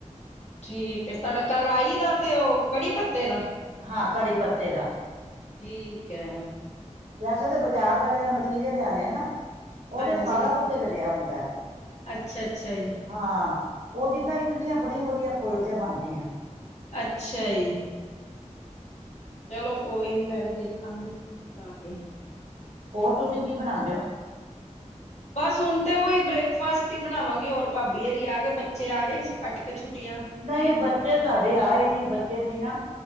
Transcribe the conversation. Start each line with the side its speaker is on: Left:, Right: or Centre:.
Left: ਠੀਕ ਏ, ਤੜਕਾ ਰਾਹੀ ਦਾ ਤੇ ਓ ਕੜੀ ਪੱਤੇ ਦਾ?
Right: ਹਾਂ, ਕੜੀ ਪੱਤੇ ਦਾ।
Left: ਠੀਕ ਐ।
Right: ਵੈਸੇ ਤੇ ਬਾਜ਼ਾਰ ਦਾ ਜੇੜਾ ਮਟੀਰੀਅਲ ਲਿਆਨੇ ਆ ਨਾ ਓਦੇ
Left: ਹਾਂਜੀ
Right: ਚ ਸਾਰਾ ਕੁਛ ਰਲਿਆ ਹੁੰਦੈ।
Left: ਅੱਛਾ ਅੱਛਾ ਜੀ
Right: ਹਾਂ। ਓਦੀ ਤਾਂ ਇਤਨੀਆਂ ਬੜੀਆਂ ਵਧੀਆ ਫੁੱਲਕੇ ਬਨਦੀਐ।
Left: ਅੱਛਾ ਯੀ। ਚਲੋ ਕੋਈ ਨੀ, ਮੈਂ ਵੀ ਦੇਖਾਂਗੀ ਬਣਾ ਕੇ।
Right: ਹੋਰ ਤੁਸੀਂ ਕੀ ਬਣਾਂਦੇ ਓ?
Left: ਬਸ ਹੁਣ ਤੇ ਓਈ ਬ੍ਰੇਕਫਾਸਟ ਈ ਬਣਾਵਾਂਗੇ ਹੋਰ ਭਾਬੀ ਹੋਰੀ ਆ ਗੇ, ਬੱਚੇ ਆ ਗੇ ਕੱਟ ਕੇ ਛੁੱਟੀਆਂ।
Right: ਨਈ ਬੱਚੇ ਸਾਡੇ ਆਏ ਨੀ ਬੱਚੇ ਦੀ ਨਾ,